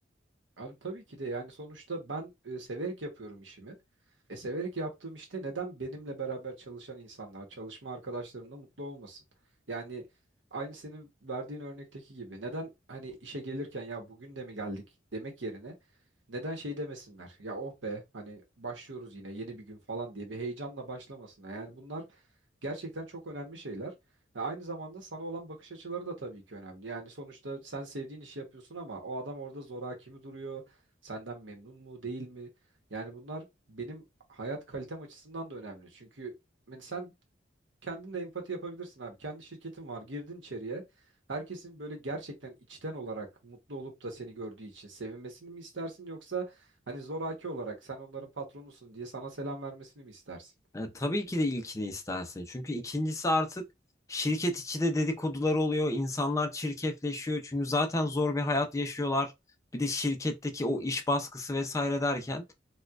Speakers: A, on the right; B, on the left.
A: Abi tabii ki de yani sonuçta ben e, severek yapıyorum işimi. E severek yaptığım işte neden benimle beraber çalışan insanlar, çalışma arkadaşlarım da mutlu olmasın? Yani aynı senin verdiğin örnekteki gibi neden hani işe gelirken ya bugün de mi geldik demek yerine neden şey demesinler? Ya oh be hani başlıyoruz yine yeni bir gün falan diye bir heyecanla başlamasınlar. Yani bunlar gerçekten çok önemli şeyler. Ve aynı zamanda sana olan bakış açıları da tabii ki önemli. Yani sonuçta sen sevdiğin işi yapıyorsun ama o adam orada zoraki mi duruyor? Senden memnun mu değil mi? Yani bunlar benim hayat kalitem açısından da önemli. Çünkü yani sen kendin de empati yapabilirsin abi. Kendi şirketin var. Girdin içeriye. Herkesin böyle gerçekten içten olarak mutlu olup da seni gördüğü için sevinmesini mi istersin yoksa hani zoraki olarak sen onların patronusun diye sana selam vermesini mi istersin?
B: E, tabii ki de ilkini istersin. Çünkü ikincisi artık şirket içi de dedikodular oluyor. İnsanlar çirkefleşiyor. Çünkü zaten zor bir hayat yaşıyorlar. Bir de şirketteki o iş baskısı vesaire derken